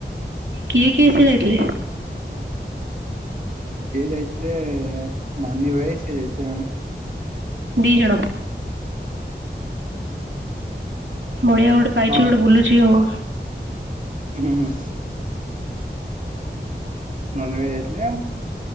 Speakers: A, on the right; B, on the right.
A: କିଏ କିଏ ସେ ଯାଇଥିଲେ?
B: ସିଏ ଯାଇଥିଲେ ନାନୀ ଭାଇ ସିଏ ଯାଇଥିଲେ। <unintelligible>
A: ଦିଇଜଣ ବଢିଆ ଗୋଟେ ପାଇଛୁ
B: ହଁ
A: ଗୋଟେ ବୁଲୁଚି ଆଉ।
B: ହୁଁ ହୁଁ। ନନୀ ଭାଇ ଯାଇଥିଲେ।